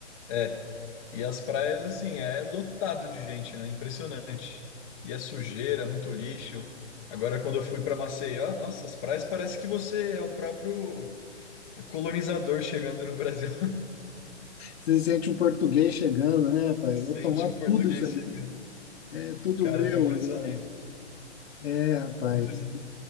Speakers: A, on the left; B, on the left.
A: é. E as praias, assim, é lotado de gente, né? Impressionante. E é sujeira, é muito lixo. Agora, quando eu fui pra Maceió, nossa, as praias parece que você é o próprio colonizador chegando no Brasil. <laughs>
B: Você sente um português chegando, né, rapaz?
A: Se sente
B: Vou tomar
A: um português
B: tudo isso aqui,
A: chegando.
B: é tudo
A: Cara,
B: meu
A: impressionante.
B: agora. É, rapaz.
A: É muito lindo.